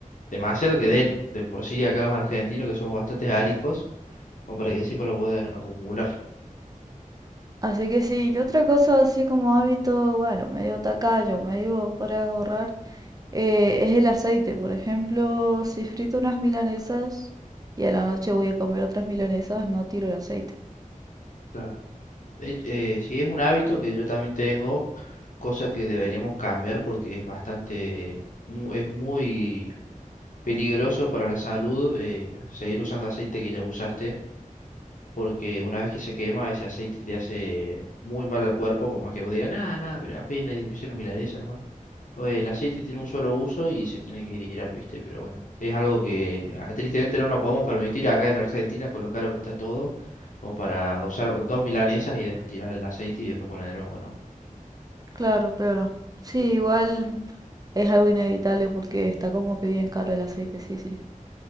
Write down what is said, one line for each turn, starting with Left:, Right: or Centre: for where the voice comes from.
Left: Demasiado que den, de por sí acá los argentinos que somos bastante ariscos, como para que siempre lo puedan acumular.
Right: Así que sí, y otra cosa así como hábito, bueno, medio tacaño, medio para ahorrar, eh, es el aceite. Por ejemplo, si frito unas milanesas y a la noche voy a comer otras milanesas, no tiro el aceite.
Left: Claro. De eh, sí, es un hábito que yo también tengo, cosa que deberíamos cambiar porque es bastante, mu- es muy peligroso para la salud eh, seguir usando aceite que ya usaste, porque una vez que se quema, ese aceite te hace muy mal al cuerpo, por más que vos digas, nada, nada, pero apenas hice unas milanesas nomás. O El aceite tiene un solo uso y se tiene que tirar, ¿viste? Pero bueno, es algo que ah, tristemente no nos podemos permitir acá en Argentina con lo caro que está todo, como para usar dos milanesas y después tirar el aceite y después poner de nuevo, ¿no?
Right: Claro, claro. Sí, igual es algo inevitable porque está como que bien caro el aceite, sí, sí.